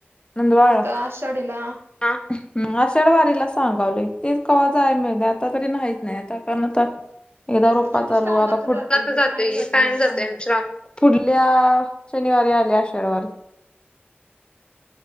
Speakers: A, on the left; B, on the right.
A: नंदवाळला
B: आता आषाढीला
A: आषाढ वारीला सांगावले तेच कवा्हा जाय मिळ आता तरी नाहीत नाही आता कारण आता एकदा रोपपा
B: आम्ही
A: चालू
B: श्रावणात
A: आता फुटतच
B: जातोय की
A: जातेय
B: जातोय
A: कायम
B: आम्ही श्रावणात.
A: जाते श्रम <unintelligible> पुढल्या शनिवारी आल्या आषाढवारी.